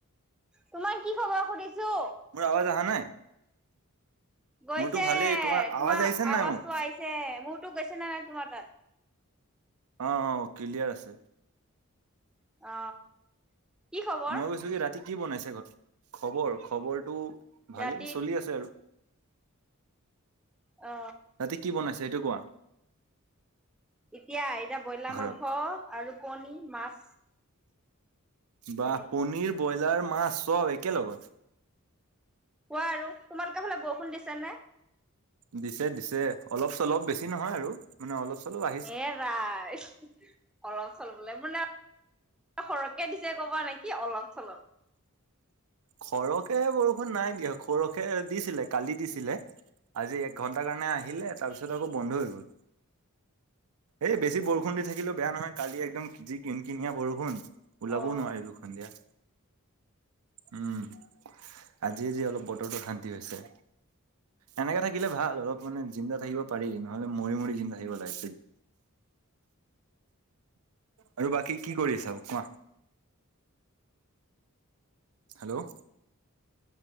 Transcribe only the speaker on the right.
মোৰ আৱাজ আহা নাই?
মোৰতো ভালেই
আৱাজ আহিছে
নাই মোৰ
অ, অ কিলিয়াৰ আছে।
মই কৈছো কি ৰাতি কি বনাইছে ঘৰত? খবৰ, খবৰটো ভালেই
চলি আছে আৰু।
ৰাতি কি বনাইছে সেইটো কোৱা।
ঘৰত
বাহঃ
পনীৰ, ব্ৰইলাৰ, মাছ চব একেলগত।
দিছে, দিছে, অলপ-চলপ বেছি নহয় আৰু। মানে অলপ চলপ আ
সৰহকে বৰষুণ নাই দিয়া। সৰহকে দিছিলে কালি দিছিলে আজি একঘণ টাৰ কাৰণে আহিলে তাৰপিছত আকৌ বন্ধ হৈ গ'ল। এ বেছি বৰষুণ দি থাকিলেও বেয়া নহয়। কালি একদম যি কিন-কিনিয়া বৰষুণ। ওলাবও
নোৱাৰিলো সন্ধিয়া। উম আজিয়ে যি অলপ বতৰটো শান্তি হৈছে। এনেকে থাকিলে ভাল অলপ মানে জিন্দা থাকিব পাৰি, নহ'লে মৰি মৰি জিন্দা থাকিব লাগে। আৰু বাকী কি কৰি আছা কোৱা। হেল্ল'